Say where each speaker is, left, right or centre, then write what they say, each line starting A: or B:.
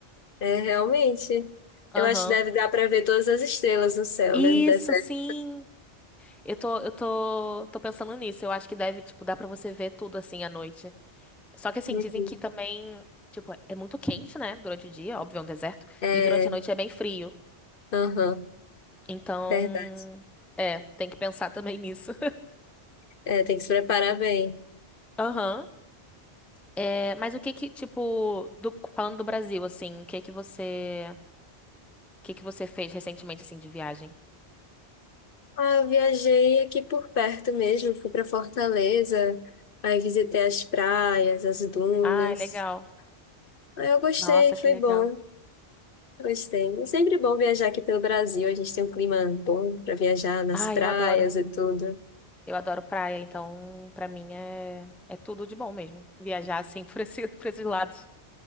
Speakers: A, on the left (about 55°); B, in the centre.
A: É, realmente. Eu
B: Aham.
A: acho que deve dar para ver todas as estrelas no céu,
B: Isso,
A: né? No deserto.
B: sim. Eu tô, eu tô, tô pensando nisso. Eu acho que deve, tipo, dar pra você ver tudo, assim, à noite. Só que, assim,
A: Uhum.
B: dizem que também, tipo, é muito quente, né? Durante o dia, óbvio, é um deserto.
A: É,
B: E durante a noite é bem frio.
A: aham,
B: Então,
A: verdade.
B: é, tem que pensar também nisso.
A: É, tem que se preparar bem.
B: <laughs> Aham. É, mas o que que, tipo, do- falando do Brasil, assim, o que que você, o que que você fez recentemente, assim, de viagem?
A: Ah, eu viajei aqui por perto mesmo. Fui para Fortaleza. Aí visitei as praias, as dunas.
B: Ai, legal.
A: Aí eu gostei,
B: Nossa,
A: foi
B: que legal.
A: bom. Gostei. É sempre bom viajar aqui pelo Brasil. A gente tem um clima bom para viajar nas
B: Ai,
A: praias
B: eu adoro.
A: e tudo.
B: Eu adoro praia, então, pra mim é, é tudo de bom mesmo. Viajar, assim, <laughs> por esse, por esses lados.